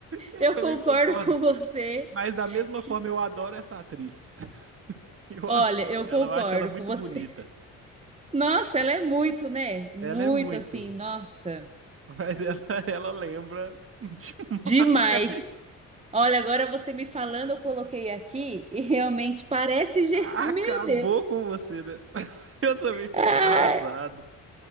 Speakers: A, on the right; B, on the right.
A: eu
B: eu
A: também
B: concordo
A: concordo.
B: <laughs> com você.
A: Mas da mesma
B: que-
A: forma eu adoro essa atriz. <laughs> Eu
B: Olha,
A: adoro
B: eu
A: ela,
B: concordo
A: eu acho ela muito
B: com você.
A: bonita.
B: Nossa, ela é muito, né? Muito
A: Ela é muito,
B: assim, nossa,
A: <laughs> mas ela, ela lembra demais.
B: demais. Olha, agora você me falando, eu coloquei aqui e realmente parece,
A: <laughs>
B: ge-
A: Acabou
B: <laughs> meu Deus.
A: com você, né? <laughs> Eu também fiquei
B: Ai.
A: arrasado.